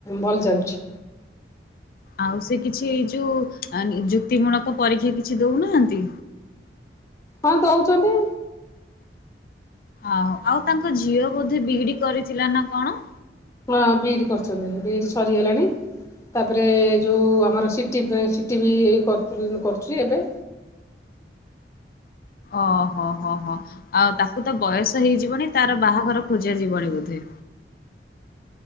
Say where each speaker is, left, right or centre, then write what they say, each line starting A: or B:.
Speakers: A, on the left; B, on the left.
A: ଭଲ ଚାଲୁଛି।
B: ଆଉ ସେ କିଛି ଏଇ ଯୋଉ ନିଯୁକ୍ତି ମୂଳକ ପରୀକ୍ଷା କିଛି ଦଉନାହାନ୍ତି?
A: ହଁ ଦଉଛନ୍ତି।
B: ଆହୁ, ଆଉ ତାଙ୍କ ଝିଅ ବୋଧେ ବିଇଡି କରିଥିଲା ନା କଣ?
A: ହଁ ବିଇଡି କରିଛନ୍ତି, ବିଇଡି ସରିଗଲାଣି। ତାପରେ ଯୋଉ ଆମର ସିଟି ସିଟି ବି କରିଥିଲି କରୁଛି ଏବେ।
B: ଓହୋଃ ହଁ-ହଁ, ଆଉ ତାକୁ ତ ବୟସ ହେଇଯିବଣି ତାର ବାହାଘର ଖୋଜା ଯିବଣି ବୋଧେ।